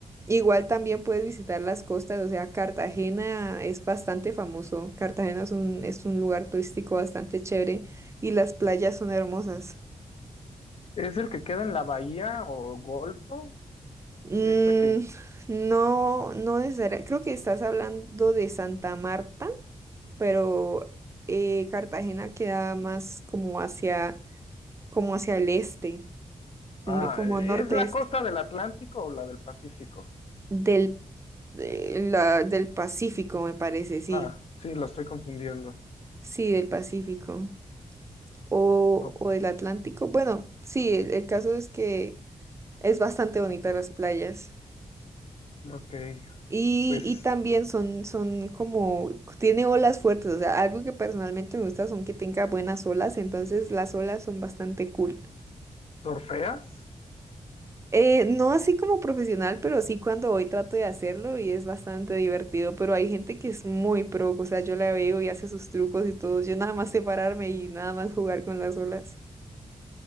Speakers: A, on the right; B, on the left.
A: Igual también puedes visitar las costas, o sea, Cartagena es bastante famoso, Cartagena es un, es un lugar turístico bastante chévere y las playas son hermosas.
B: ¿Es el que queda en la bahía o Golfo?
A: Mm,
B: Ese que...
A: <sighs> no, no necesariamente, creo que estás hablando de Santa Marta, pero eh, Cartagena queda más como hacia como hacia el este, no-
B: Ah,
A: como
B: ¿es
A: norte-este,
B: la costa del Atlántico o la del Pacífico?
A: del, de la- del Pacífico, me parece, sí,
B: Ah, sí, lo estoy confundiendo.
A: sí, del Pacífico o,
B: O-
A: o del Atlántico. Bueno, sí, el, el caso es que es bastante bonita las playas.
B: ok,
A: Y,
B: pues
A: y también son, son como, tiene olas fuertes, o sea, algo que personalmente me gusta son que tenga buenas olas, entonces las olas son bastante cool.
B: ¿torfeas?
A: Eh, no así como profesional, pero sí cuando voy trato de hacerlo y es bastante divertido, pero hay gente que es muy pro, o sea, yo la veo y hace sus trucos y todo, yo nada más sé pararme y nada más jugar con las olas.